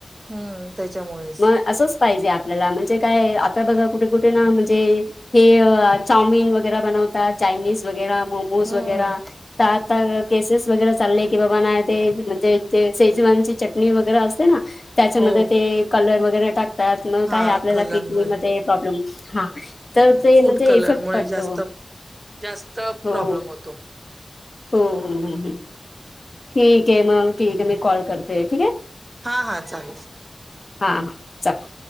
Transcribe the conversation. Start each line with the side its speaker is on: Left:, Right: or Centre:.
Right: हम्म त्याच्यामुळेच
Left: मग अस- पाहिजे आपल्याला म्हणजे काय आता बघा कुठे कुठे ना म्हणजे. हे चामिन वगैरे बनवतात, चायनीज वगैरे मोमोज
Right: हम्म
Left: वगैरे. आता केसेस वगैरे चालले की बाबा ना ते म्हणजे ते शेजवानची चटणी वगैरे असते ना. त्यांच्यामध्ये
Right: हो
Left: ते कलर वगैरे टाक- त्यात मग
Right: हा
Left: काय आपल्याला
Right: कलरमुळे
Left: किडनीमध्येध्ये प्रॉब्लेम हा तर ते
Right: फूड
Left: म्हणजे
Right: कलरमुळे
Left: इफेक्ट पडतो.
Right: जास्त जास्त
Left: हो
Right: प्रॉब्लेम होतो.
Left: हो ह ह ह ठीक आहे मग. ठीक आहे मी कॉल करते ठीक आहे.
Right: हा हा चालेल
Left: हा हा चल-